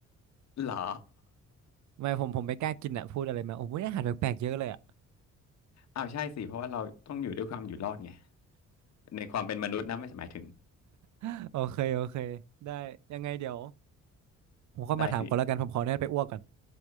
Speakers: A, on the left; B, on the right.
A: เหรอ
B: ไม่ผมผมไม่กล้ากินอะพูดอะไรมาโอ้โหอาหารแปลกๆเยอะเลยอะ
A: อ้าวใช่สิ เพราะว่าเราต้องอยู่ด้วยความอยู่รอดไงในความเป็นมนุษย์นะไม่หมายถึง
B: <laughs> โอเคโอเคได้ยังไงเดี๋ยวผมก็มาถามก่อนแล้วกันผมขออนุญาตไปอ้วกก่อน
A: ได้สิ